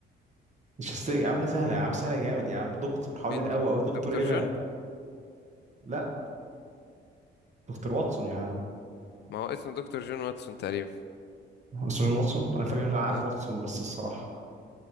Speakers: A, on the right (about 35°); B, on the left (about 60°).
A: <laughs> مش هستني يا عم سهله يا عم سهله جامد يا عم دكتور هقول
B: مين
A: لك اول
B: د-
A: او دكتور
B: دكتور
A: ايه بقى
B: جون
A: لا دكتور واتسون يا عم
B: ما هو اسمه دكتور جون واتسون تقريبا
A: هو سيرجن واتسون انا فاكر مش عارف
B: اه
A: واتسون بس الصراحه